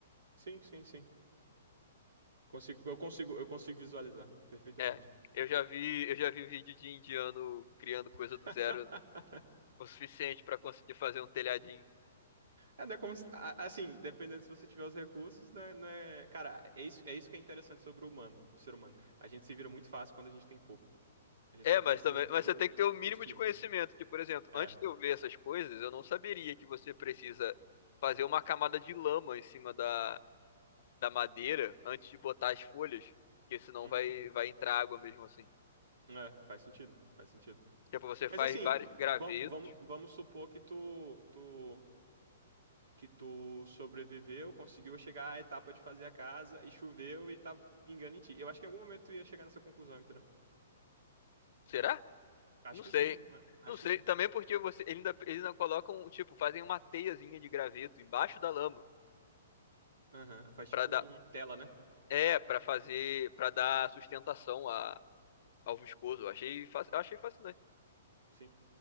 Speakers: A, on the right; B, on the left.
A: Sim, sim, sim. Consigo, eu consigo, eu consigo visualizar perfeitamente.
B: É, eu já vi, eu já vi vídeo de indiano criando coisa
A: <laughs>
B: do zero o suficiente para conseguir fazer um telhadinho.
A: É, não é como se- a- assim, dependendo se você tiver os recursos, né, não é, cara, é isso, é isso que é interessante sobre o humano, o ser humano. A gente se vira muito fácil quando a gente tem pouco. A gente
B: É,
A: só precisa
B: mas também,
A: do,
B: mas você tem que ter o
A: do
B: mínimo
A: estímulo.
B: de conhecimento. Que, por exemplo,
A: É.
B: antes de eu ver essas coisas, eu não saberia que você precisa fazer uma camada de lama em cima da, da madeira antes de botar as folhas, porque senão
A: Uhum.
B: vai vai entrar água mesmo assim.
A: É, faz sentido, faz sentido.
B: Tipo, você
A: Mas
B: faz
A: assim,
B: vários gravetos.
A: vam- vamos, vamos supor que tu, tu que tu sobreviveu, conseguiu chegar à etapa de fazer a casa e choveu e tá pingando em ti. Eu acho que em algum momento tu ia chegar nessa conclusão, entendeu?
B: Será?
A: Acho
B: Não
A: que
B: sei.
A: sim. né? Acho
B: Não sei,
A: que sim.
B: também porque você ele ainda eles ainda colocam, tipo, fazem uma teiazinha de graveto embaixo da lama
A: Aham, Faz
B: para
A: tipo
B: dar
A: uma tela, né?
B: é, para fazer para dar sustentação a, ao viscoso. Eu achei fa- eu achei fascinante.
A: Sim.